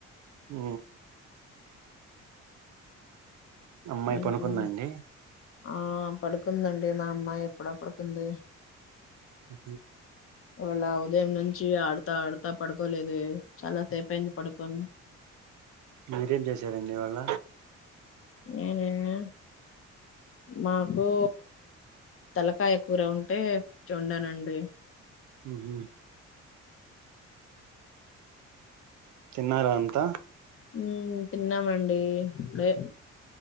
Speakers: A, on the right (about 70°); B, on the left (about 45°).
A: ఆ అమ్మాయి
B: ఏంటండి
A: పనుకుందండి
B: ఆ పడుకుందండి మా అమ్మాయి ఎప్పుడ పడుతుంది.
A: ఉ
B: ఇవాళ ఉదయం నుంచి ఆడతా ఆడతా పడుకోలేదే. చాలా సేపు అయింది పడుకొని.
A: మీరేం చేశారండి ఇవాళ్ళ
B: ఏననా మాకు తలకాయ కూర ఉంటే వండనండి.
A: హ తిన్నారా అంత
B: ఉ తిన్నామండి ఇప్పుడే